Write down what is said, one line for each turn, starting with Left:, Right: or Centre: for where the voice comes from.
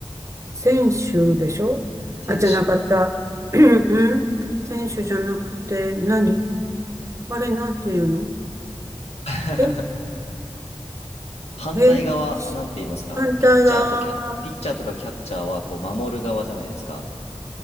Right: 選手でしょあ、
Left: 選手。
Right: じゃなかった。
Left: はい
Right: <clears throat> うん選手じゃなくて何、あれなんていうの
Left: <laughs>
Right: え、
Left: 反対側、
Right: え、し
Left: なんて言いますか、
Right: 反対側は、
Left: あの、ピッチャーとキャッ、ピッチャーとかキャッチャーは、こう、守る側じゃないですか。